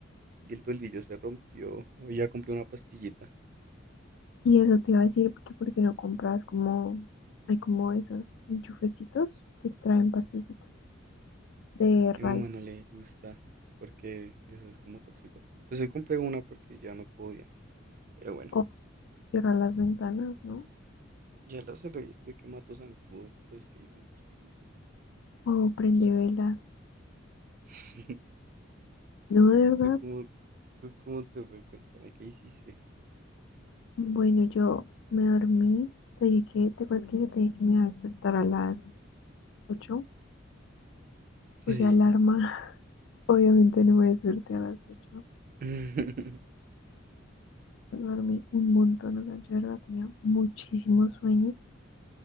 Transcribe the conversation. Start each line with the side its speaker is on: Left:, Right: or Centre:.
Right: y el toldillo se rompió. Hoy ya compré una pastillita. Es
Left: Y eso te iba a decir que por qué no compras como, hay como esos enchufecitos que traen pastillitas de
Right: que
Left: ray
Right: a mi mamá no le gusta porque eso es como tóxico. Pues hoy compré una porque ya no podía. Pero bueno,
Left: o cierra las ventanas, ¿no?
Right: ya las del resto y que mato zancudos, pero es que hay muchísimos.
Left: O prende
Right: yo No sé.
Left: velas.
Right: <laughs>
Left: No, de
Right: ¿Y tú
Left: verdad.
Right: cómo, tú cómo te fue? Cuéntame, ¿qué hiciste?
Left: Bueno, yo me dormí. Te dije que, ¿te acuerdas que yo te dije que me iba a despertar a las 8? Puse
Right: Sí.
Left: alarma. <laughs> Obviamente no me desperté a las ocho
Right: <laughs>
Left: Dormí un montón, o sea, yo de verdad tenía muchísimo sueño.